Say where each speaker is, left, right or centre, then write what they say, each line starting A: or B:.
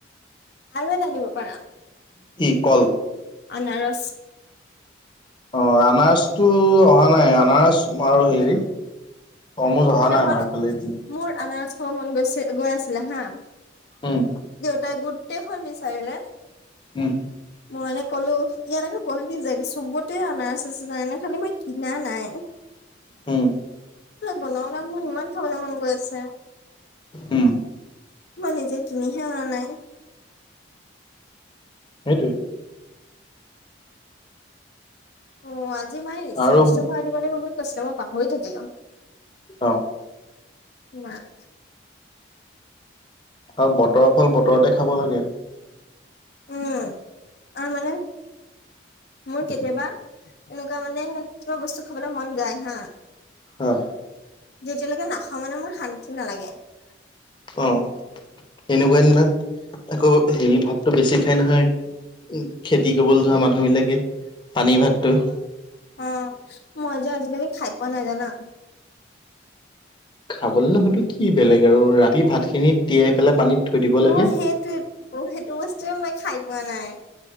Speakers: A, on the left (about 55°); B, on the left (about 25°).
A: আৰু জানিব পাৰা।
B: কি কল?
A: আনাৰস।
B: অ, আনাৰসটো অহা নাই আনাৰস আৰু হেৰি অমো
A: সেইদিনাখন
B: অহা নাই মমাৰ এইফালে এটি।
A: মোৰ আনাৰস খাব মন গৈছে গৈ আছিলে হা
B: উম
A: দেউতাই গোট টেইখন বিচাৰিলে।
B: উম।
A: মই এনে ক'লো ইয়াত আকৌ গুৱাহাটী জেগা চবতে অনাৰসৰ এনে খালি মই কিনা নাই।
B: হম।
A: বনোৱা গণ মোৰ ইমান খাবলৈ মন গৈ আছে।
B: উম
A: মই নিজে কিনিহে অনা নাই।
B: সেইটোয়ে।
A: অ', আজি মায়ে ৰিচাৰ্ছটো
B: আৰু
A: ভৰাই দিব লাগিব বুলি কৈছিলে, মই পাহৰি থাকিলো।
B: অহ।
A: মাক
B: আৰু বতৰৰ ফল বতৰতেই খাব লাগে।
A: উম, তাৰমানে মোৰ কেতিয়াবা এনেকুৱা মানে কিবা বস্তু খাবলৈ মন যায় হা।
B: অ
A: যেতিয়ালৈকে নাখাওঁ মানে মোৰ শান্তি নালাগে।
B: অহ। এনেকুৱা দিনত আকৌ হেৰি, ভাতটো বেছি খাই নহয়। এই খেতি কৰিবলৈ যোৱা মানুহ বিলাকে, পানী ভাতটো।
A: অ', মই যে আজিলৈকে খাই পোৱা নাই, জানা?
B: খাবলৈনো সৈতো কি বেলেগ আৰু, ৰাতি ভাতখিনি তিয়াই পেলাই পানীত থৈ দিব
A: নহয়
B: লাগে।
A: সেইটোৱে সেইটো বস্তুয়েই মই খাই পোৱা নাই।